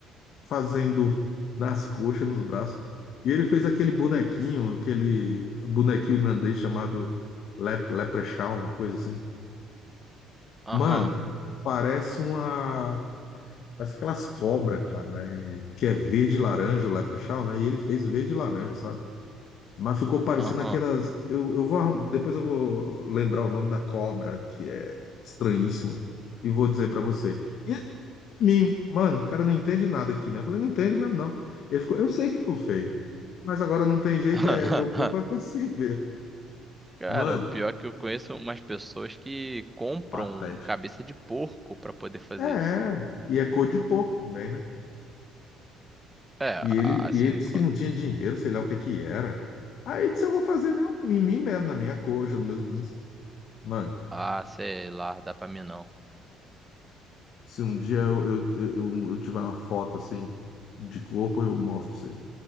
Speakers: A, on the left; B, on the right.
A: fazendo nas coxas, nos braços. E ele fez aquele bonequinho, aquele bonequinho irlandês chamado Lep Leprechaun, uma coisa assim.
B: aham,
A: Mano, parece uma Parece aquelas cobras, cara, é, que é verde e laranja, o Leprechaun, né? E ele fez verde e laranja, sabe? Mas ficou parecendo
B: aham.
A: aquelas. Eu, eu vou. arrum- Depois eu vou lembrar o nome da cobra, que é estranhíssima, e vou dizer pra você. E esse pra mim, mano, o cara não entende nada aqui, né? Eu falei, não entende mesmo, não. Ele ficou, eu sei que ficou feio, mas agora não tem jeito,
B: <laughs>
A: é meu corpo vai ficar <laughs> assim mesmo.
B: Cara,
A: Mano,
B: o pior é que eu conheço umas pessoas que compram
A: patético.
B: cabeça de porco pra poder fazer
A: É, é.
B: isso.
A: E é cor de porco também, né?
B: É,
A: E ele,
B: a- assim,
A: e ele disse
B: quando-
A: que não tinha dinheiro, sei lá o que que era. Aí disse, eu vou fazer, né, um em mim mesmo, na minha coxa, nos meus braços. Mano,
B: ah, sei lá, dá pra mim não.
A: se um dia eu, eu, eu, eu tiver uma foto assim de corpo, eu mostro pra você.